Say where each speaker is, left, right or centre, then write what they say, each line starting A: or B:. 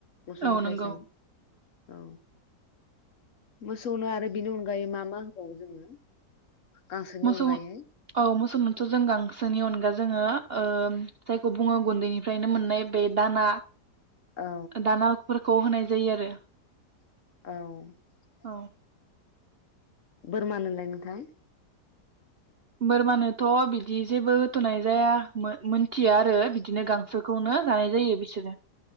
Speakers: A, on the left; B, on the right.
A: मोसौनिफ्राय
B: औ नंगौ
A: जों औ मोसौनो आरो बेनि अनगायै मा मा होबावो जोङो? गांसोनि
B: मोसौ
A: अनगायै
B: औ मोसौ मोनथ जों गांस सोनि अनगा जोङो ओ जायखौ बुङो गुन्दैनिफ्रायनो मोननाय बे दाना
A: औ
B: दाना अकपुर खौ होनाय जायो आरो
A: औ
B: औ
A: बोरमानोलाय नोंथां?
B: बोरमानोथ बिदि जेबो होथनाय जाया मोनथिया आरो बिदिनो गांसोखौनो जानाय जायो बिसोरो